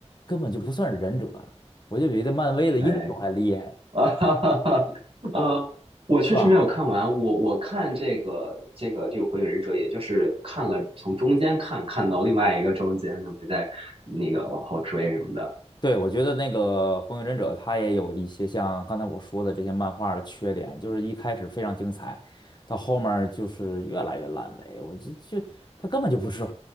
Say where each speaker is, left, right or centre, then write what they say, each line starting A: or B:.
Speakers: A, on the left (about 40°); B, on the right (about 50°).
A: 根本就不算是忍者了，我就比这漫威的英雄还厉害，
B: 哎，<laughs> 啊哈哈哈，呃，我确实没有看完，
A: 是吧？
B: 我我看这个这个这个《火影忍者》，也就是看了从中间看看到另外一个中间，就没再那个往后追什么的。
A: 对，我觉得那个《火影忍者》他也有一些像刚才我说的这些漫画的缺点，就是一开始非常精彩，到后面儿就是越来越烂尾，我就就他根本就不是